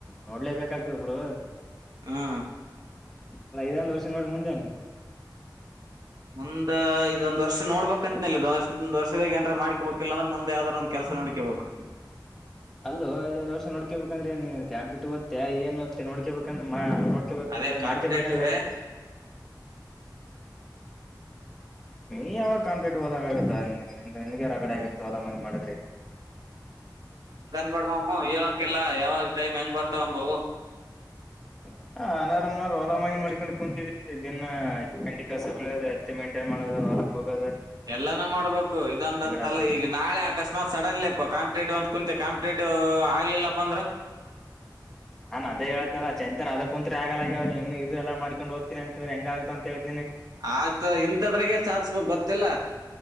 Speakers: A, in the centre; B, on the right.
A: ನೋಡ್ಲೇ ಬೇಕಾಗ್ತದ ಬಿಡು.
B: ಹಾ
A: ಅಲ್ಲ ಐದ ಒಂದ್ ವರ್ಷ ನೋಡಿ ಮುಂದೆ ಹಂಗೆ.
B: ಮುಂದ ಇದೊಂದ ವರ್ಷ ನೋಡ್ಬೇಕಕ್ಂತತ್ನಲ್ಲ ಒ ವರ್ಷದಾಗಏಾರ ಮಾಡ್ಕಕ್ೋಬೇಕಿಲ್ಲ ಅಂದ್ರೆ ಮುಂದೆ ಯಾವ್ದ್ರು ಒ. ಕೆಲಸ ನೋಡ್ಕೊಬೇಕು.
A: ಅಲ್ಲೋ ಇದೊಂದ ವರ್ಷ ನೋಡ್ಕೇಬೇಕಂದ್ರೆ ನೀ ಕ್ಯಾಂಪ್ಲಿಟ್ ಮ ಏನುತ್ತೆ ನೋಡ್ಕಬೇಕಂದ್ರ ನೋಡ್ಕೋಬೇಕಂದ್ರೆ
B: ಅದೇ ಕಾಂಪಿಟೇಟಿವ್
A: ಮಾಡ್ಕೇಳ್ಬೇಕಂದ್ರೆ ಹೆಂಗ. ನೀ ಯಾವಾಗ ಕಂಪ್ಲೀಟ್ ಹೋದಂಗ ಆಗುತ್ತ ನಿನ ರಗಡೆ ಆಗಿತ ಅಲ್ಲ <unintelligible> ಮಾಡ
B: ನ್ಬಡ ಮಮ್ಮ ಇವಕ ಇಲ್ಲ ಯಾವಾಗ ಟೈಮ್ ಹೆಂಗ್ ಬರ್ತಾವಂಬವು. <inaudible>
A: ಹ ಅನಾರಾಮ್ನ ಓಲಾಮಾಯಿ ಮಾಡ್ಕೊಂಡ್ ಕುೂಂತಿದ್ದಿ ದಿನಾಐ ಗಂಟೆ ಕಸ ಬೆಳ ಹತ್ತು ಗಂಟೆ. ಮಾಡೋದು ಹೊಲಕ್ ಹೋಗದ.
B: ಎಲ್ಲಾನೂ ಮಾಡ್ಬೇಕು ಇದೊಂದ ಅಂತಲ್ಲ
A: ಆಗ್ತದೆ
B: ಈಗ ನಾಳೆ ಅಕಸ್ಮಾತ್ ಸಡನ್ಲಿ ಅಪ್ಪಾ ಕಾಂಪಿಟೇಟಿವ್ ಅಂತ ಕುಂತೆ ಕಂಪಿಟೇಟಿವ್. ಆಗ್ಲಿಲ್ಲಪಂದ್ರ
A: ಹಾನ್ ಅದೇಳ್ತನ ಚಂತ ಅದ ಕುಂತ್ ಆಗಲಾಗಿ ಅವ್ ಇನ್ ಇಲ್ಲ ಮಾಡ್ಕೊಂಡು ಓದತೀನ ಅಂತಂದ ಹೆಂಗ ಆತ ಅಂತ ಹೇಳಿ.
B: ಆಗ್ತದೆ ಇಂಥದ್ರಾಗ ಸಾಧಸ್ಬೇಕಕ್ ಗೊತ್ತಿಲ್ಲ